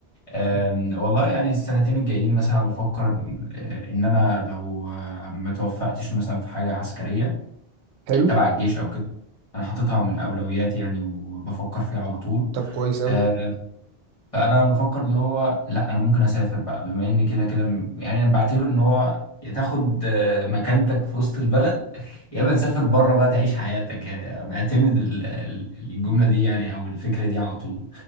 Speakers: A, on the left; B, on the right.
A: أم، والله يعني السنتين الجايين مثلا بفكر أه، إن أنا لو أه، ما توفقتش مثلا في حاجة عسكرية
B: حلو
A: تبع الجيش أو كده أنا حاططها من أولوياتي يعني وبفكر فيها على طول
B: طب كويس اوي
A: آه، فانا بفكر اللي هو لا انا ممكن اسافر بقى بما ان كده كده م- يعني انا بعتبر ان هو يا تاخد آه، مكانتك في وسط البلد يا اما تسافر بره بقى تعيش حياتك يعني بعتمد ال- ال- الجمله دي يعني او الفكره دي على طول